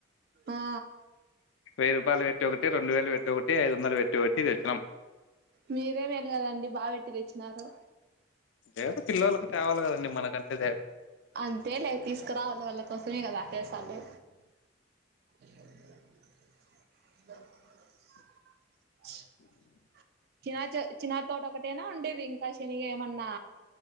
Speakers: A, on the right (about 50°); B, on the left (about 70°).
A: ఆ
B: వేయి రూపాయలు పేట్టి ఒకటి రెండు వేలు పెట్టి ఒకటి ఐదొందలు పెట్టి ఒకటి తెచ్చి
A: మీరే వెళ్ళారండి బాగా పెట్టి తెచ్చినారు
B: ఏమంటే పిల్లలకు కావలి కదండి మనకంటె
A: అంతే లే తీసుకురావాలి వాళ్ళ కోసమే కదా చేస్తాంది అ చినా చిన్నాగా తోట ఒకటేనా ఉండేది ఇంకా శనిగ ఏమన్నా